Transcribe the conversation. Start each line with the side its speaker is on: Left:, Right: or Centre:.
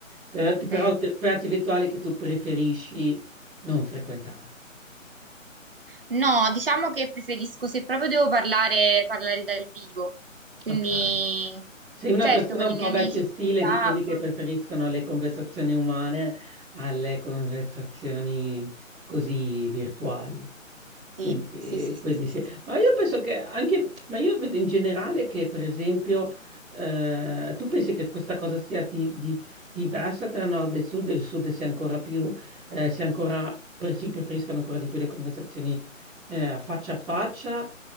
Centre: Che- che
Right: è
Centre: Però
Right: vero.
Centre: che piazze virtuali che tu preferisci non frequentare.
Right: No, diciamo che preferisco se proprio devo parlare, parlare dal vivo. Quindi,
Centre: Ok. Sei una
Right: certo,
Centre: persona
Right: con
Centre: un
Right: i
Centre: po'
Right: miei
Centre: vecchio
Right: amici
Centre: stile
Right: su WhatsApp.
Centre: di quelli che preferiscono le conversazioni umane alle conversazioni così virtuali. Quindi,
Right: Sì, sì, sì,
Centre: quindi
Right: sì, sì,
Centre: sì.
Right: sì, sì.
Centre: Ma io penso che anche, ma io vedo in generale che, per esempio, eh, tu pensi che questa cosa sia di- di- diversa tra nord e sud? Il sud sia ancora più, eh, sia ancora, pre- si preferiscono ancora di più le conversazioni, eh, faccia a faccia